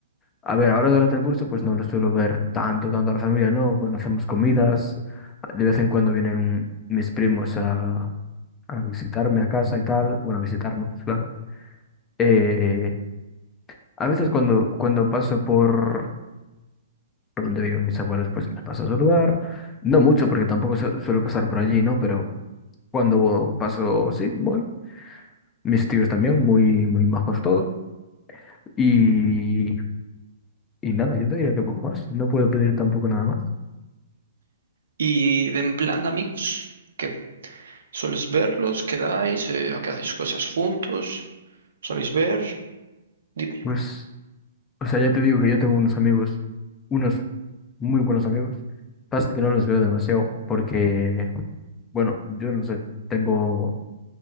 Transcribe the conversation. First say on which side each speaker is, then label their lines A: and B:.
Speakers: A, on the left (about 15°); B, on the right (about 80°).
A: A ver, ahora durante el curso pues no lo suelo ver tanto, tanto a la familia, ¿no? Bueno, hacemos comidas, de vez en cuando vienen mis primos a, a visitarme a casa y tal, bueno, a visitarnos, claro. Eh, a veces cuando, cuando paso por por donde viven mis abuelos pues me paso a saludar, no mucho porque tampoco su- suelo pasar por allí, ¿no? Pero cuando paso, sí, voy. Mis tíos también, muy, muy majos todos. Y, y nada, yo te diría que poco más, no puedo pedir tampoco nada más.
B: Y de en plan amigos, ¿qué? ¿Soles verlos? ¿Quedáis? Eh, ¿a qué hacéis cosas juntos? ¿Soléis ver? Dime.
A: Pues... O sea, ya te digo que yo tengo unos amigos, unos muy buenos amigos. Pasa que no los veo demasiado porque, bueno, yo no sé, tengo,